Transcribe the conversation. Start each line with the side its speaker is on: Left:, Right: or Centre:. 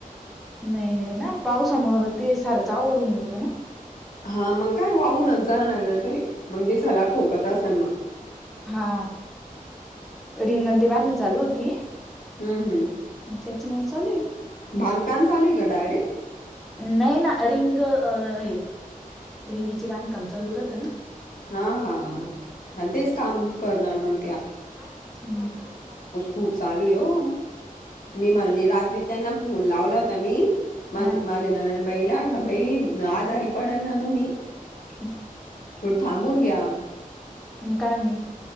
Centre: नई नई ना पाऊसा मुग ते सारचं अवघड होऊन जातं ना.
Left: हा मंग काय वाहूनच जाणार ना ते मंग ते सलाब ठोकत आसनं म
Centre: हा रिंग आणि ते बांधण चालू होती
Left: हूं हूं
Centre: त्यांच मंग चालू ये.
Left: बांधकाम चालू ये का डायरेक्ट
Centre: नाही ना रिंग अ हे रिंगीची बांधकाम चालू राहत ना
Left: हा हा हा हा तेच काम करणार मंग
Centre: हा माझी तशीच हूं झाली माझी चार पाच
Left: खूप चालू आहे हो.
Centre: <unintelligible>
Left: मी म्हणली रात्री त्यांना फोन लावला होता मी मा
Centre: हा
Left: माझ्या ननद बाईला बाई आजारी पडल ना तुम्ही
Centre: का?
Left: ोड थांबून घ्या आ
Centre: मग काय म्हणे.